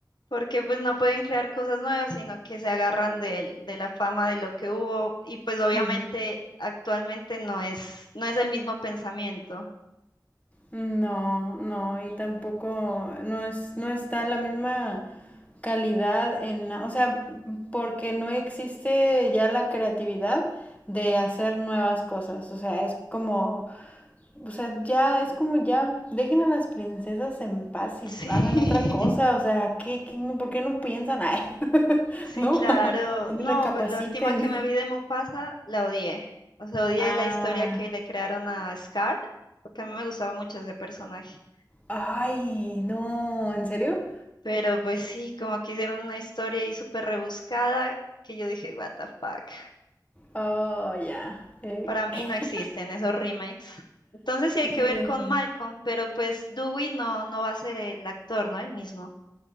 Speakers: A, on the left (about 70°); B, on the left (about 20°).
A: porque pues no pueden crear cosas nuevas, sino que se agarran del- de, la fama de lo que hubo y pues obviamente
B: Ujú.
A: actualmente no es no es el mismo pensamiento.
B: No, no, y tampoco, no es, no está la misma calidad en, o sea, porque no existe ya la creatividad de hacer nuevas cosas, o sea, es como, o sea, ya es como ya dejen a las princesas en paz y
A: Sí.
B: hagan otra cosa,
A: <laughs>
B: o sea, ¿qué, qué- no- por qué no piensan? Ay, <laughs>
A: Sí,
B: ¿no?
A: claro.
B: <laughs> Sí,
A: No,
B: Recapaciten.
A: pues la última que me vi de Mufasa la odié. O sea, odié
B: Ah,
A: la historia que le crearon a Scar, porque a mí me gustaba mucho ese personaje.
B: ay, no, ¿en serio?
A: Pero pues sí, como que hicieron una historia ahí súper rebuscada que yo dije, what the fuck.
B: Oh, ya. Eh,
A: Para
B: <laughs> ¿qué-
A: mí no existen esos remakes. Entonces sí hay que
B: qué
A: ver
B: ya
A: con
B: sé?
A: Malcolm, pero pues Dewey no, no va a ser el actor, ¿no? El mismo.